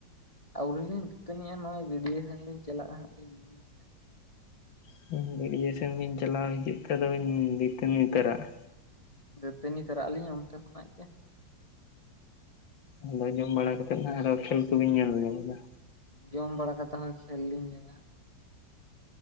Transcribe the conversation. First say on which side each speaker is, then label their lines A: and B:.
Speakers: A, on the left; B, on the left.
A: ᱟᱹᱣᱨᱤ ᱞᱤᱧ ᱫᱟᱹᱛᱟᱹᱱᱤᱜᱼᱟ। ᱱᱚᱜᱼᱚᱭ ᱜᱟᱹᱰᱤᱭᱟᱹ ᱥᱮᱱᱞᱤᱧ ᱪᱟᱞᱟᱜᱼᱟ ᱦᱟᱸᱜ ᱞᱤᱧ ᱢᱚᱱᱮᱜ।
B: <unintelligible> ᱜᱟᱹᱰᱤᱭᱟᱹ ᱥᱮᱱ ᱵᱤᱱ ᱪᱟᱞᱟᱣ ᱦᱤᱡᱩᱜ ᱛᱮ ᱫᱚ ᱰᱤᱱ ᱫᱤᱛᱟᱹᱱᱤ ᱩᱛᱟᱹᱨᱚᱜᱼᱟ?
A: ᱫᱟᱹᱛᱟᱹᱱᱤ ᱛᱚᱨᱟᱜ ᱟᱹᱞᱤᱧ ᱚᱱᱛᱮ ᱠᱷᱚᱱᱟᱜ ᱜᱮ।
B: ᱟᱫᱚ ᱡᱚᱢ ᱵᱟᱲᱟ ᱠᱟᱛᱮᱜ ᱱᱟᱦᱟᱜ ᱟᱨᱚ ᱠᱷᱮᱞ ᱠᱚ ᱵᱤᱱ ᱧᱮᱞ ᱧᱚᱠᱫᱟ।
A: ᱡᱚᱢ ᱵᱟᱲᱟ ᱠᱟᱛᱮ ᱦᱚᱸ ᱠᱷᱮᱞ ᱞᱤᱧ ᱧᱮᱞᱟ ᱦᱟᱸᱜ।